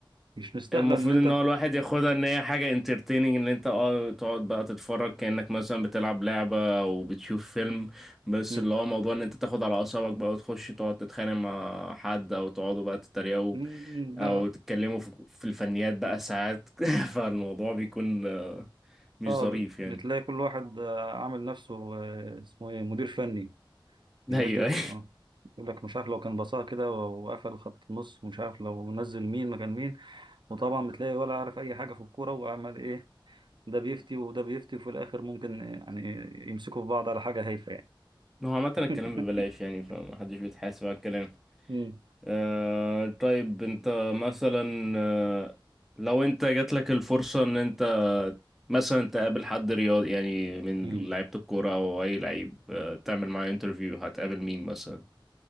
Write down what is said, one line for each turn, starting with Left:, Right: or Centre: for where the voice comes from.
Right: مش مستاهله
Centre: المفروض
Right: ان انت
Centre: ان هو الواحد ياخدها ان هي حاجة انترتيننج ان انت اه تقعد بقى تتفرج كأنك مثلا بتلعب لعبة او بتشوف فيلم بس
Right: مم.
Centre: اللي هو موضوع ان انت تاخد على اعصابك بقى وتخش تقعد تتخانق مع حد او تقعدوا بقى تتريقوا
Right: مم،
Centre: او
Right: لا
Centre: تتكلموا في في الفنيات بقى ساعات <laughs> فالموضوع بيكون آه، مش
Right: اه
Centre: ظريف
Right: ب- بتلاقي
Centre: يعني
Right: كل واحد آه، عامل نفسه آه، اسمه ايه مدير فني بيعيش
Centre: ايوه
Right: آه،
Centre: ايوه
Right: يقول لك مش عارف لو كان بصاها كده و- وقفل خط النص ومش عارف لو نزل مين مكان مين وطبعا بتلاقي ولا عارف اي حاجه في الكوره وعمال ايه ده بيفتي وده بيفتي وفي الآخر ممكن يعني يمسكوا في بعض على حاجة هايفة يعني
Centre: هو عامة
Right: <laughs>
Centre: الكلام ببلاش يعني فمحدش بيتحاسب على الكلام
Right: مم.
Centre: آه طيب انت مثلا آه لو انت جات لك الفرصة ان انت مثلا تقابل حد رياضي يعني من
Right: مم.
Centre: لعيبة الكورة او اي لعيب آه تعمل معاه انترفيو هتقابل مين مثلا